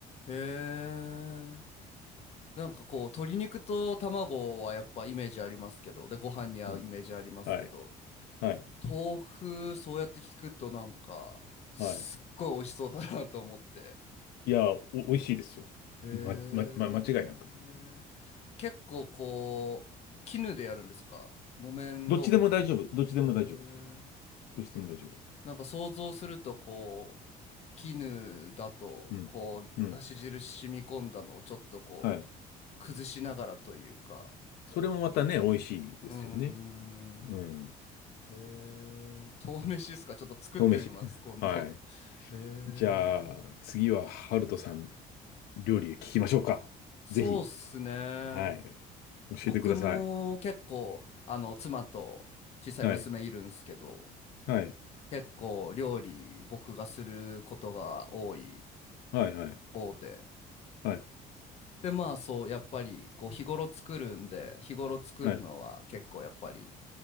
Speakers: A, on the left; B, on the left.
A: へえ。なんかこう、鶏肉と卵はやっぱイメージありますけど、で、ご飯に合うイメージありますけど、
B: うん。はい。はい。
A: 豆腐、そうやって聞くとなんか、すっごい美味しそうだなと思って。
B: はい。いや、お、美味しいですよ。
A: へえ。
B: ま、ま、ま、間違いなく。
A: 結構こう、絹でやるんですか木綿豆腐でやるんですかへ
B: どっちでも大丈夫。どっちでも大丈夫。
A: え。
B: どっちでも大丈夫。
A: なんか想像するとこう絹だとこうだし汁染み込んだのをちょっとこう
B: うん。うん。はい。
A: 崩しながらというか
B: それもまたね、美味しいですよね。
A: うーんへえ豆飯ですかちょっと作ってみます今度
B: うん。豆飯。はい。
A: へえ
B: じゃあ、次は、ハルトさん。料理聞きましょうか。
A: そうっすね
B: ぜひ。はい。教えてください。
A: 僕も結構あの妻と小さい娘いるんすけど
B: はい。はい。
A: 結構料理僕がすることが多い
B: はい。はい。
A: 方で
B: はい。
A: で、まあそう、やっぱりこう日頃作るんで、日頃作るのは結構やっぱり
B: はい。